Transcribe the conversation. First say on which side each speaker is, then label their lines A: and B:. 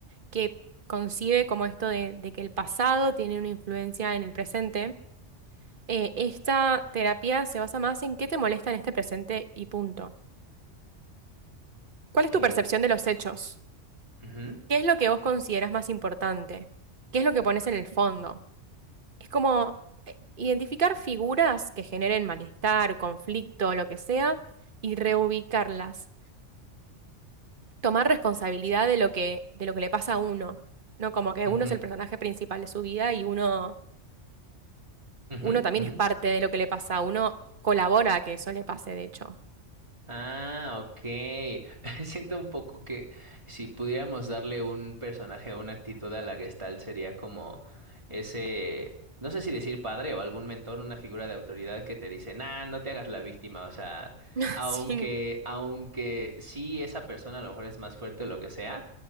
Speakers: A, on the right; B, on the right.
A: que concibe como esto de, de que el pasado tiene una influencia en el presente, eh, esta terapia se basa más en qué te molesta en este presente y punto. ¿Cuál es
B: que
A: tu percepción de los hechos?
B: Ujú,
A: ¿Qué es lo que vos consideras más importante? ¿Qué es lo que pones en el fondo? Es como eh, identificar figuras que generen malestar, conflicto, lo que sea, y reubicarlas. Tomar responsabilidad de lo que, de lo que le pasa a uno, ¿no? Como que
B: ujú,
A: uno es el personaje principal de su vida y uno,
B: ujú,
A: uno también
B: ujú.
A: es parte de lo que le pasa, uno colabora a que eso le pase, de hecho.
B: Ah, ok. <laughs> Siento un poco que si pudiéramos darle un personaje o una actitud a la Gestalt sería como ese, no sé si decir padre o algún mentor, una figura de autoridad que te dice, nah, no te hagas la víctima. O sea,
A: <laughs>
B: aunque,
A: Sí,
B: aunque sí esa persona a lo mejor es más fuerte o lo que sea,